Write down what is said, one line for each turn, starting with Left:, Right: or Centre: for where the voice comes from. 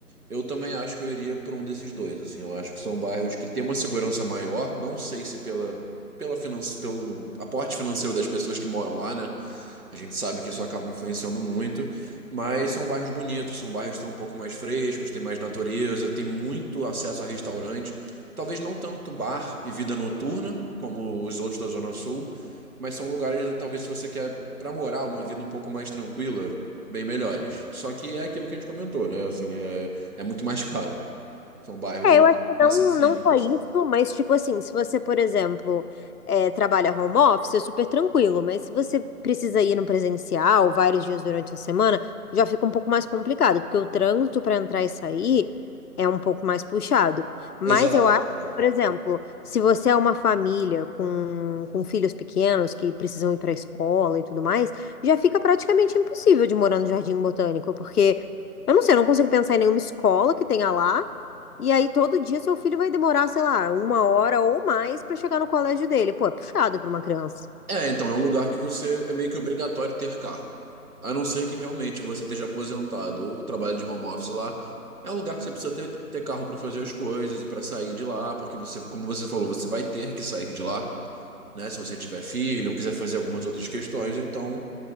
Right: eu também acho que eu iria para um desses dois, assim, eu acho que são bairros que têm uma segurança maior, não sei se pela, pela finan pelo aporte financeiro das pessoas que moram lá, né? A gente sabe que isso acaba influenciando muito, mas são bairros bonitos, são bairros que estão um pouco mais frescos, tem mais natureza, tem muito acesso a restaurante. Talvez não tanto bar e vida noturna, como os outros da Zona Sul, mas são lugares, talvez, se você quer para morar uma vida um pouco mais tranquila, bem melhores. Só que é aquilo que a gente comentou, né? Assim, é, é muito mais <laughs> caro. São bairros
Left: É,
Right: um
Left: eu
Right: pouco
Left: acho que não,
Right: inacessíveis,
Left: não só
Right: assim.
Left: isso, mas tipo assim, se você, por exemplo, é, trabalha home office, é super tranquilo, mas se você precisa ir no presencial vários dias durante a semana, já fica um pouco mais complicado, porque o trânsito para entrar e sair é um pouco mais puxado. Mas
Right: Exato,
Left: eu acho,
Right: exato.
Left: por exemplo, se você é uma família com, com filhos pequenos que precisam ir para a escola e tudo mais, já fica praticamente impossível de morar no Jardim Botânico, porque eu não sei, eu não consigo pensar em nenhuma escola que tenha lá. E aí, todo dia, seu filho vai demorar, sei lá, uma hora ou mais pra chegar no colégio dele. Pô, é puxado pra uma criança.
Right: É, então, é um lugar que você é meio que obrigatório ter carro. A não ser que realmente você esteja aposentado ou trabalhe de home office lá. É um lugar que você precisa ter, ter carro para fazer as coisas e para sair de lá, porque você, como você falou, você vai ter que sair de lá, né? Se você tiver filho ou quiser fazer algumas outras questões, então